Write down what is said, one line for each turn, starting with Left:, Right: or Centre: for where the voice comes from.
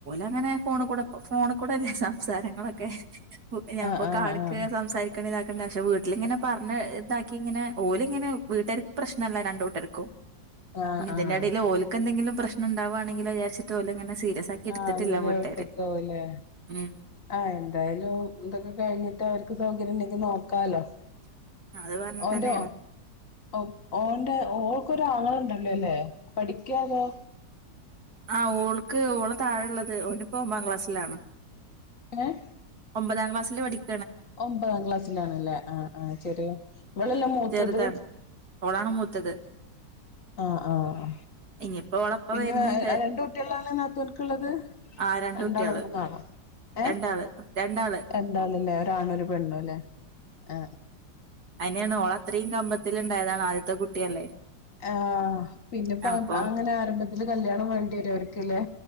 Right: അങ്ങനെഓല് ഫോൺ കൂടെ ഫോൺ കൂടെല്ലേ സംസാരങ്ങളൊക്കെ ഞാന
Left: ആഹ്
Right: ഇപ്പോ
Left: ആഹ്
Right: കാണിക്കേ
Left: ആഹ്
Right: സംസാരിക്കേ ഇതാക്കണ്ട് പക്ഷെ വീട്ടിലിങ്ങനെ പറഞ്ഞു. ന്നെ ഇതാക്കി ഇങ്ങനെ ഓലും ഇങ്ങനെ വീട്ടുകർക്ക് പ്രശ്നല്ല രണ്ട് കൂട്ടർക്കും.
Left: ആഹ്
Right: ഇനി ഇതിന്റെ
Left: ആഹ്
Right: ഇടയിൽ ഓൽക്ക് എന്തെങ്കിലും പ്രശ്നം ഉണ്ടാവാണെങ്കിൽ വിചാരിച്ചിട്ട് ഓലങ്ങെനെ സീരിയസ് ആക്കി എടുത്തിട്ടില്ല
Left: ആഹ അങ്ങനെ
Right: വീട്ടുകാര്
Left: കാട്ടിക്കാവുലേ.
Right: ഉം
Left: ആഹ എന്തായാലും ഇതൊക്കെ കഴിഞ്ഞിട്ട് അവർക്ക് സൗകര്യം ഉണ്ടെങ്കില് നോക്കാലോ.
Right: അത് പറഞ്ഞിട്ട്
Left: ഓന്റെ
Right: തന്നെയാണ്
Left: ഓ ഓന്റെ ഓൾക്കൊരു ആങ്ങള ഉണ്ടല്ലെലെ പഠിക്കാതോ.
Right: ആ ഓൾക്ക് ഓള് താഴെള്ളത് ഒനിപ്പോ ഒമ്പതാം ക്ലാസ്സിലാണ്.
Left: ഏങ്ങനെ
Right: ഒമ്പതാം ക്ലാസിൽ പടിക്ക
Left: ഒമ്പതാം ക്ലാസ്സിലാണല്ലേ ആ ആ ശെരി ഇവളല്ലെ മൂത്തത്.
Right: ചെറുതാണ് ഓളാണ് മൂത്തത്.
Left: ആ ആഹ
Right: ഇനിയിപ്പോ ഓളപ്പ
Left: പിന്നെ
Right: വരുന്നുണ്ട്
Left: രണ്ട് കുട്ടികളാണ് ന്നാ തനക്കുള്ളത്.
Right: ആ രണ്ട്
Left: രണ്ടാമത്തോ
Right: കുട്ടികള്
Left: ഏ
Right: രണ്ടാള് രണ്ടാള്
Left: രണ്ടാള്ല്ലെ ഒരാണ് ഒരു പെണ്ണുല്ലേ ആ
Right: അതിനെയാണ് ഓള അത്രയും കമ്പത്തിൽ ഉണ്ടായതാണ് ആദ്യത്തെ കുട്ടിയല്ലേ.
Left: ആഹ പിന്നെപ്പോ
Right: അപ്പൊ
Left: അങ്ങനെ ആരംഭത്തില് കല്യാണം വേണ്ടി വരു അവർക്ക്ല്ലേ.